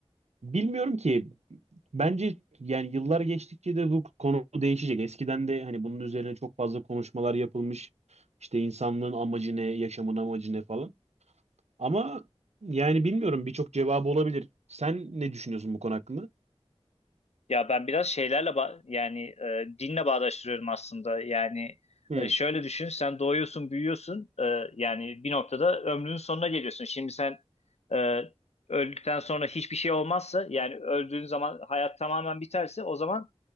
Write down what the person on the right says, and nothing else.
bilmiyorum ki bence yani yıllar geçtikçe de bu konu değişecek. Eskiden de hani bunun üzerine çok fazla konuşmalar yapılmış. İşte insanlığın amacı ne, yaşamın amacı ne falan. Ama yani bilmiyorum birçok cevabı olabilir. Sen ne düşünüyorsun bu konu hakkında?
Hı,